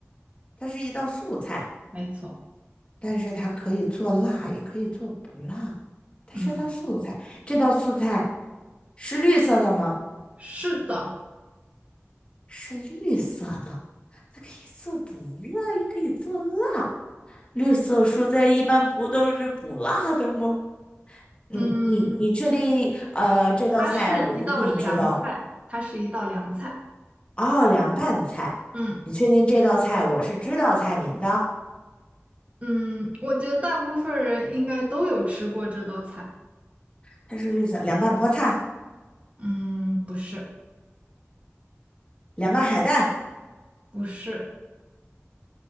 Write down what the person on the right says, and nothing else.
没错，
嗯，
是的，
嗯，
它是一道凉菜，它是一道凉菜，
嗯
嗯，我觉得大部分人应该都有吃过这道菜，
嗯，不是
不是。